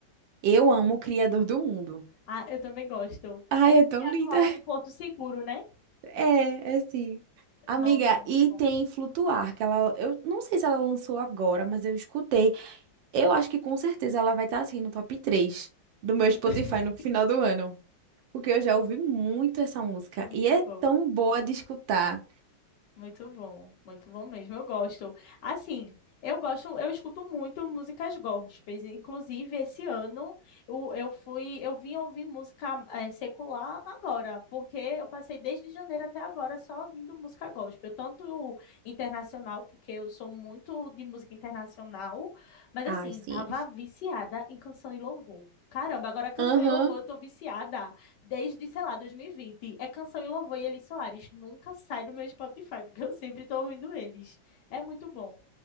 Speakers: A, on the right (about 75°); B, on the left (about 65°).
A: Eu amo o Criador do Mundo.
B: Ah, eu também gosto.
A: Ai,
B: É a
A: é tão linda.
B: do álbum Porto Seguro, né?
A: É, é assim. Amiga,
B: Nossa, é muito
A: e
B: bom.
A: tem Flutuar, que ela, eu não sei se ela lançou agora, mas eu escutei. Eu acho que com certeza ela vai estar assim no top 3 do meu
B: <laughs>
A: Spotify no final do ano, porque eu já ouvi muito essa música
B: Muito
A: e é
B: bom.
A: tão boa de escutar.
B: Muito bom, muito bom mesmo. Eu gosto. Assim, eu gosto, eu escuto muito músicas gospels. Inclusive, esse ano eu, eu fui, eu vim ouvir música eh, secular agora, porque eu passei desde janeiro até agora só ouvindo música gospel, tanto internacional, porque eu sou muito de música internacional, mas
A: Ai,
B: assim,
A: sim.
B: tava viciada em canção e louvor. Caramba, agora canção
A: Aham.
B: e louvor eu tô viciada desde, sei lá, 2020, É Canção e Louvor e Elis Soares. Nunca sai do meu Spotify, <laughs> porque eu sempre tô ouvindo eles. É muito bom.